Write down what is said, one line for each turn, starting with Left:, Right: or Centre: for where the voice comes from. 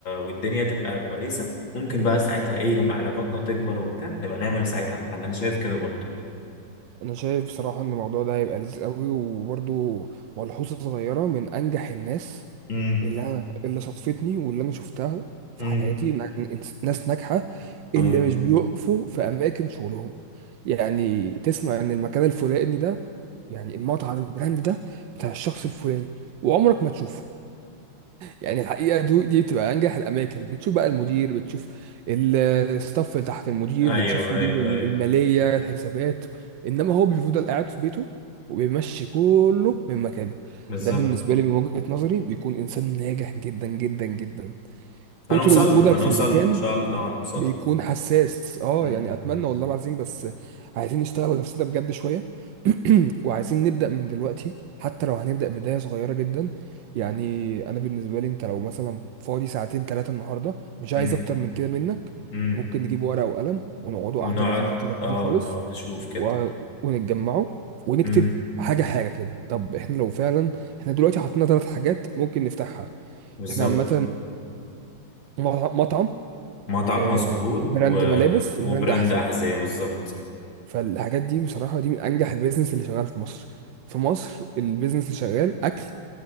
Left: والدنيا تبقى كويسة ممكن بقى ساعتها ايه لما علاقاتنا تكبر وبتاع نبقى نعمل ساعتها محل انا شايف كده برضه
Right: انا شايف بصراحه ان الموضوع ده هيبقى لذيذ قوي وبرضو ملحوظه صغيره من انجح الناس
Left: امم
Right: اللي انا اللي صادفتني واللي انا شفتها في
Left: امم
Right: حياتي نا- ناس ناجحه
Left: ايوه
Right: اللي مش بيقفوا في اماكن شغلهم يعني تسمع ان المكان الفلاني ده يعني المطعم البراند ده بتاع الشخص الفلاني وعمرك ما تشوفه يعني الحقيقه دو دي بتبقى انجح الاماكن بتشوف بقى المدير بتشوف ال- الستاف اللي تحت المدير
Left: ايوه
Right: بتشوف مدير
Left: ايوه
Right: الماليه
Left: ايوه
Right: الحسابات انما هو بيفضل قاعد في بيته وبيمشي كله من مكانه
Left: بالظبط
Right: ده بالنسبه لي من وجهه نظري بيكون انسان ناجح جدا جدا جدا
Left: هنوصل
Right: كتر وجودك
Left: له هنوصل
Right: في المكان
Left: له ان شاء الله هنوصل
Right: بيكون
Left: له
Right: حساس اه
Left: مم،
Right: يعني اتمنى
Left: مم،
Right: والله العظيم بس عايزين نشتغل على نفسنا بجد شويه <clears throat> وعايزين نبدا من دلوقتي حتى لو هنبدا بدايه صغيره جدا يعني انا بالنسبه لي انت لو مثلا فاضي ساعتين ثلاثه النهارده مش
Left: مم،
Right: عايز اكتر من كده منك
Left: مم.
Right: ممكن نجيب ورقه وقلم ونقعدوا
Left: ونقعد
Right: قعده لذيذه كده
Left: اه
Right: عادي خالص
Left: ونقعد نشوف كده
Right: و... ونتجمعوا ونكتب
Left: مم،
Right: حاجه حاجه كده طب احنا لو فعلا احنا دلوقتي حطينا ثلاث حاجات ممكن نفتحها
Left: بالظبط
Right: احنا عامه آه، مطعم
Left: مطعم
Right: آه،
Left: مظبوط
Right: براند
Left: و...
Right: ملابس وبراند
Left: وبراند
Right: احذيه
Left: احذية بالظبط
Right: فالحاجات دي بصراحه دي من انجح البيزنس اللي شغال في مصر في مصر البيزنس اللي شغال اكل